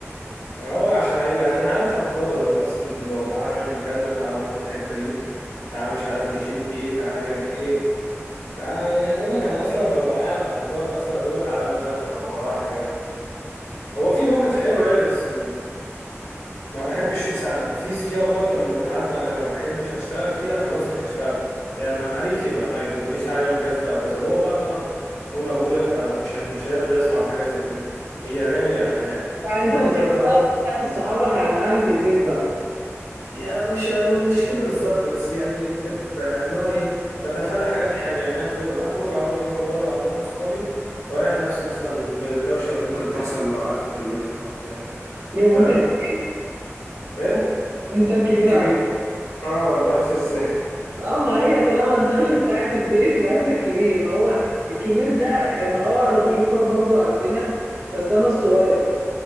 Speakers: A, on the left (about 85°); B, on the right (about 70°).
A: هو عشان عاي- انا عارف هترازة بنفس النظام تعالى نعمل كذا تعالى نروح في الحتة دي تعالى مش عارف نشيل ايه تعالى نعمل ايه تعالى يا دوبك انا اصلا ببقى قاعد قرفان اصلا يا دوبك عليا مذاكرة ورايا حاجات هو في موقف حلو يعني بس م- ما بحبش في ساعة في في اوقات لما بتعدي عليا ما بحبش اشتغل فيها خلاص مش هشتغل يعني انا معرف يبقى معرف ما تقوليش تعالى نعمل كذا او كذا هو بقى طبعا كون ابويا فمش <laughs> مش هيرضى يسمع بحاجة زي دي هي هنعمل إيه؟ يعني هنعمل
B: يعني انت
A: فكنت
B: بتحب
A: بتغاضى
B: قعده صحابك عن قعده البيت بقى
A: يعني مش انه مش كده بالظبط بس يعني كنت ب- اللي هو ايه بتفادى حاجه بحاجه يعني اخرج اخرج اقعد معاهم بره على قهوه اصحابي واريح نفسي مثلا من, من الدوشه اللي ممكن تحصل لو قعدت في البيت او بتاع
B: ليه وانت
A: فاهم
B: كبير
A: ايه
B: انت الكبير
A: الكبير اه انت عرفت ازاي
B: اه ما هي طالما الدوشه بتاعت البيت يبقى انت الكبير ما هو الكبير ده يعني اه انا بشوفها برضو عندنا بس انا الصغير يعني